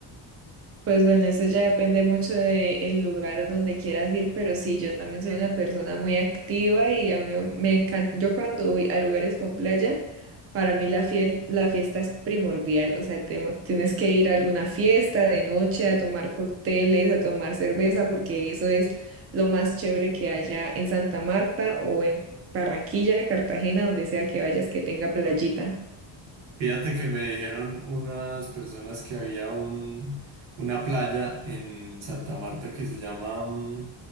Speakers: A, on the right (about 30°); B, on the right (about 85°).
A: Pues bueno, eso ya depende mucho del lugar a donde quieras ir, pero sí, yo también soy una persona muy activa y a mí me encanta, yo cuando voy a lugares con playa, para mí la fiel, la fiesta es primordial, o sea, tengo- tienes que ir a alguna fiesta de noche a tomar cócteles, a tomar cerveza, porque eso es lo más chévere que haya en Santa Marta o en Barranquilla, Cartagena, donde sea que vayas que tenga playita.
B: Fíjate que me dijeron unas personas que había un, una playa en Santa Marta que se llama mm,